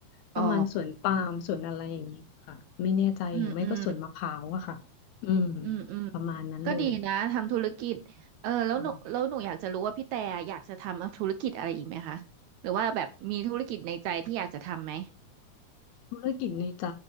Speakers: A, on the left; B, on the right.
A: ประมาณสวนปาล์มสวนอะไรอย่างงี้ค่ะไม่แน่ใจหรือไม่ก็สวนมะพร้าวอะค่ะ
B: อ๋ออืมอืม
A: อืม
B: อืมอืม
A: ประมาณนั้นเลย
B: ก็ดีนะทำธุรกิจเออแล้วหนูแล้วหนูอยากจะรู้ว่าพี่แต่อยากจะทำธุรกิจอะไรอีกไหมคะหรือว่าแบบมีธุรกิจในใจที่อยากจะทำไหม
A: อ่าธุรกิจในใจ